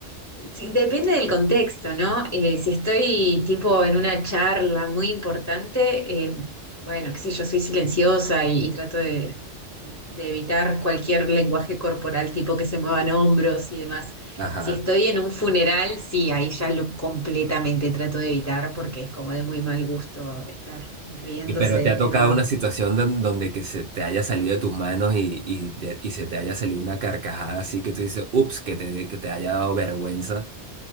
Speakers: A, on the left (about 20°); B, on the right (about 60°).
A: Sí, depende del contexto, ¿no? Eh, si estoy tipo en una charla muy importante, eh, bueno, qué sé yo, soy silenciosa y, y trato de, de evitar cualquier lenguaje corporal tipo que se muevan hombros y demás.
B: Ajá.
A: Si estoy en un funeral, sí, ahí ya lo completamente trato de evitar porque es como de muy mal gusto estar riéndose
B: Y, pero te ha tocado
A: en un...
B: una situación don- donde que se te haya salido de tus manos y, y, de- y se te haya salido una carcajada así que tú dices, ups, que te, que te haya dado vergüenza.